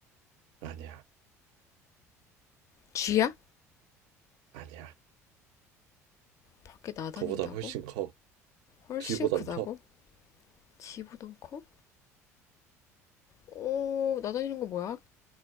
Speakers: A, on the right; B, on the left.
A: 아니야
B: 쥐야?
A: 아니야
B: 밖에 나다닌다고?
A: 그보다 훨씬 커
B: 훨씬
A: 쥐보단
B: 크다고? 쥐보단 커? 오, 나다니는 거 뭐야?